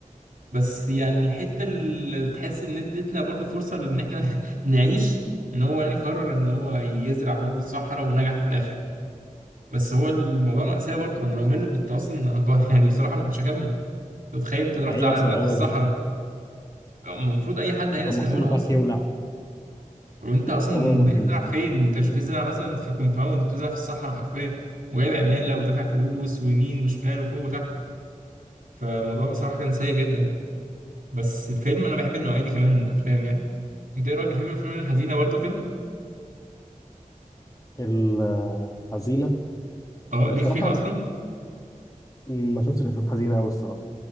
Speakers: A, on the right; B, on the left.
A: بس يعني الحته اللي تحس ان ادتنا برضو فرصه ان احنا <laughs> نعيش ان هو يعني قرر ان هو يزرع برضو الصحراء ونجح في الاخر بس هو الموضوع مأساة برضو انا لو منه كنت اصلا هبقى- <laughs> يعني بصراحه ما كنتش هكمل أنت تخيل انت رحت
B: حقيقة
A: على
B: سنة
A: زرعت
B: أولى
A: في الصحراء المفروض اي حد هيأس
B: فالمحصول
A: من اولها
B: بتاعك
A: اصلا
B: يولع
A: وانت اصلا
B: والله منتج
A: بتزرع
B: بصراحة
A: فين انت مش بتزرع مثلا في كومباوند بتزرع في الصحراء حرفيا وجايب عماله ودافع فلوس ويمين وشمال وفوق وتحت فالموضوع بصراحة كان سيء جدا بس الفيلم أنا بحب النوعية دي كمان من الأفلام يعني أنت إيه رأيك بتحب الأفلام الحزينة برضو كده؟
B: الحزينة
A: أه
B: بصراحة
A: ليك فيها أصلا
B: ما شفتش افلام حزينه قوي الصراحه